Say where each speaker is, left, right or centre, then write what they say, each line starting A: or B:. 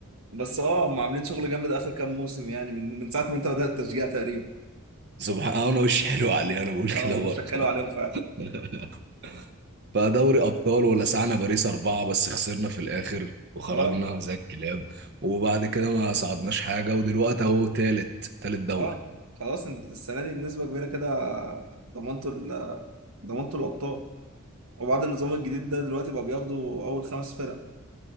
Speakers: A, on the right (about 75°); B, on the right (about 50°).
A: بس اه هم عاملين شغل جامد اخر كام موسم يعني من من ساعة ما انت بدأت التشجيع تقريبا
B: سبحان آه، انا وشي حلو عليه انا بقول
A: اه
B: كده
A: وشك
B: برضه
A: حلو عليهم فعلا
B: <laughs> فدوري ابطال ولسعنا باريس اربعة بس خسرنا في الاخر وخرجنا
A: اه
B: زي الكلاب وبعد كده ما صعدناش حاجة ودلوقتي اهو تالت تالت دوري
A: اه خلاص انت السنة دي بنسبة كبيرة كده ضمنتوا ال- ضمنتوا الأبطال وبعد النظام الجديد ده دلوقتي بقى بياخدوا اول خمس فرق